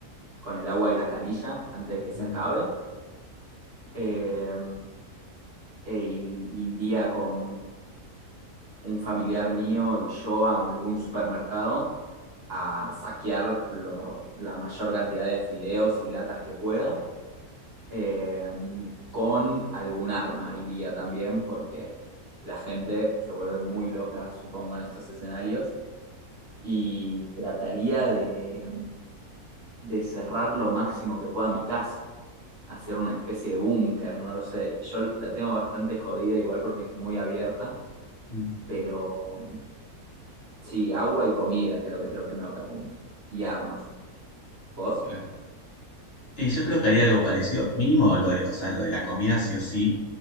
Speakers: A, on the right; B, on the left.
A: con el agua de la canilla antes de que se
B: mm,
A: acabe. Eh, e i- iría con un familiar mío y yo a algún supermercado a saquear lo- la mayor cantidad de fideos y latas que pueda. Eh, con algún arma iría también porque la gente se vuelve muy loca, supongo, en estos escenarios. y trataría de, de cerrar lo máximo que pueda mi casa, hacer una especie de búnker, no lo sé. Yo la tengo bastante jodida igual porque es muy abierta,
B: mm,
A: pero mm, sí, agua y comida creo que es lo primero que apunto. Y armas. ¿Vos?
B: claro. Y yo creo que haría algo parecido, mínimo lo de, o sea, lo de la comida sí o sí.